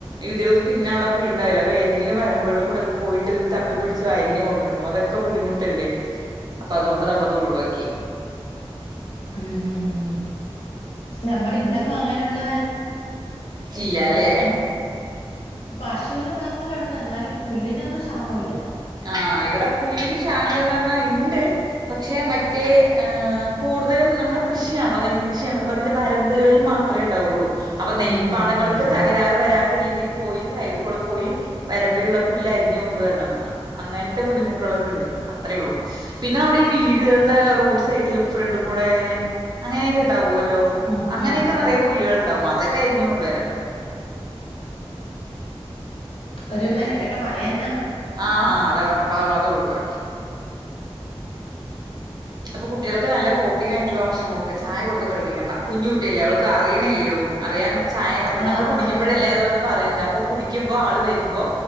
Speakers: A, on the right; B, on the left.
A: ഇതിൾക്ക് തിന്നാനുള്ള പുല്ല് ഇണ്ടാവില്ല അപ്പൊഏതങ്കിലും വരമ്പുകളിൽ കൂടെക്ക പോയിട്ട് നിന്ന് തപ്പി പ്പിടിച്ച് അരിഞ്ഞു കൊണ്ടുവരണം അത് ഒക്കെ ബുദ്ധിമുട്ടല്ലേ അപ്പൊ അതുകൊണ്ട് നമ്മളത് ഒഴിവാക്കി
B: ഉം ഉം ഉം നമ്മുടെ ഇവിടെങ്ങും അങ്ങനുള്ള
A: ഇല്ല ലെ
B: പശുവിനെ വളർത്തലുണ്ട് എന്നാലും പുല്ലിനൊന്നും ക്ഷാമം ഇല്ല
A: ആ ഇവിടെ പുല്ലിന് ക്ഷാമഇല്ലന്ന് പറഞ്ഞാ ഉണ്ട് പക്ഷെ മറ്റേ ആ കൂടുതലും നമ്മുടെ കൃഷിയാണല്ലൊ നെൽകൃഷിയാണല്ല അപ്പോ അതിന്റെ വരമ്പുകളിൽ മാത്രമേ ഉണ്ടാവയുള്ളൂ അപ്പൊ നെൽപ്പാടങ്ങൾക്ക്
B: ഉം ഉം ഉം ഉം
A: തകരാറ് വരാ വരാത്തരീതിയിൽ പോയി സൈഡിൽ കൂടെ പോയി വരമ്പിലുള്ള പുല്ല് അരിഞ്ഞ് കൊണ്ടുവരണം അങ്ങനത്തെ ബുദ്ധിമുട്ടുകളൊക്കെ ഉണ്ട് അത്രേ ഉള്ളു പിന്നെ നമ്മടെ ഈ വീടുകളുടെ റോഡ് സൈഡിലും ഫ്രണ്ട് കൂടെ ഇങ്ങനെ അങ്ങനെയൊക്കെ ഉണ്ടാവുല്ലോ
B: ഉം
A: അങ്ങനെയൊക്കെ
B: ഉം ഉം
A: നിറയേ പുല്ലുകൾണ്ടാവും അതൊക്കെ അരിഞ്ഞ് കൊണ്ടുവരാം
B: ഒരു മെനക്കെട്ട പണി തന്നാ
A: ആ ഹ അതാണ് പ്പൊ നമ്മളത് ഒഴിവാക്കി അപ്പൊ കുട്ടികൾക്ക് നല്ല പ്രോട്ടീനാ യിട്ടുള്ള ഭക്ഷണം കൊടുക്ക. ചായ കൊടുത്ത് പഠിപ്പിക്കേണ്ട. കുഞ്ഞു കുട്ടിയല്ലേ അവൾക്ക് അറിയിണി ല്ലേ ഉള്ളൂ. അറിയാം ചായ കപ്പി
B: ആഹ്
A: നമ്മള് കുടിക്ക്മ്പഴല്ലെ
B: അതെ അതെ
A: അത് വന്ന് പറയുന്നത് അപ്പൊ കുടിക്കുമ്പോ ആള് വരുമ്പോ